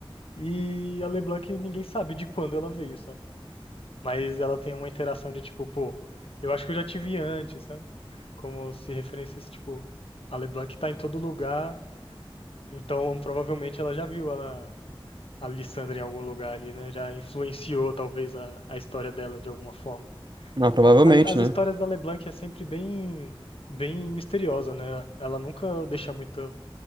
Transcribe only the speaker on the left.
E a LeBlanc, ninguém sabe de quando ela veio, sabe? Mas ela tem uma interação de, tipo, pô, eu acho que eu já te vi antes, sabe? Como se referências, tipo, a LeBlanc tá em todo lugar, então provavelmente ela já viu ela, a Lissandra em algum lugar ali, né? Já influenciou, talvez, a, a história dela de alguma forma.
As, as
histórias da LeBlanc é sempre bem, bem misteriosa, né? Ela nunca deixa muito